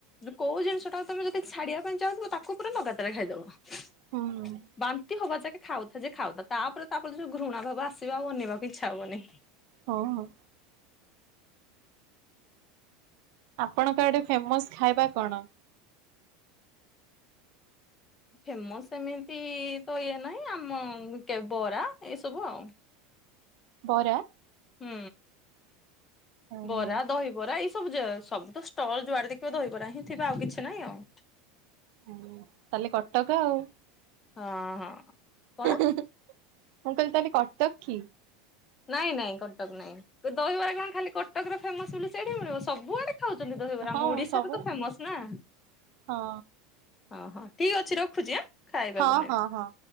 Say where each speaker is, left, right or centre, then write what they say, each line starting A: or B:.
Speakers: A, on the left (about 25°); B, on the right (about 60°).
A: କୋଉ ଜିନିଷ ଟାକୁ ତମେ ଯଦି ଛାଡିବା ପାଇଁ ଚାହୁଁଥିବ ତାକୁ ପୁରା ଲଗାତାର ଖାଇଦବ।
B: ହଁ
A: ବାନ୍ତି ହବା ଯାକେ ଖାଉଥା ଯେ ଖାଉଥା। ତାପରେ ତାପରେ ଯୋଉ ଘୃଣା ଭାବ ଆସିବ। ଆଉ ଅନେଇବାକୁ ଇଚ୍ଛା ହବନି।
B: ହଁ ହଁ ଆପଣଙ୍କ ଆଡେ ଫେମସ୍ ଖାଇବା କଣ?
A: ଫେମସ ସେମିତି ତ ଇଏ ନାହିଁ ଆମ କେ ବରା ଏସବୁ ଆଉ।
B: ହରା
A: ହୁଁ
B: ଓହୋ
A: ବରା ଦହିବରା ଇ ସବୁଯ ସବୁ ତ ଷ୍ଟଲ ଯୁଆଡେ ଦେଖିବ ଦହିବରା ହିଁ ଥିବେ ଆଉ କିଛି ନାଇଁ ଆଉ
B: ହୁଁ ତାହେଲେ କଟକ ଆଉ
A: ହଁ ହଁ କଣ?
B: ଉହୁଁ ମୁଁ କହିଲି ତାହେଲେ କଟକ କି?
A: ନାଇଁ ନାଇଁ କଟକ ନାଇଁ। ତ ଦହିବରା କଣ ଖାଲି କଟକରେ ଫେମସ ବୋଲି ସେଇଠି ମିଳିବ? ସବୁଆଡେ ଖାଉଛନ୍ତି ଦହିବରା।
B: ହଁ
A: ମୁଢ଼ି ସାଙ୍ଗକୁ
B: ସବୁ
A: ତ ଫେମସ ନା
B: ହଁ
A: ଅ ହ ଠିକ୍ ଅଛି ରଖୁଛି ଆଁ? ଖାଇବା
B: ହଁ
A: ବନେଇବି।
B: ହଁ ହଁ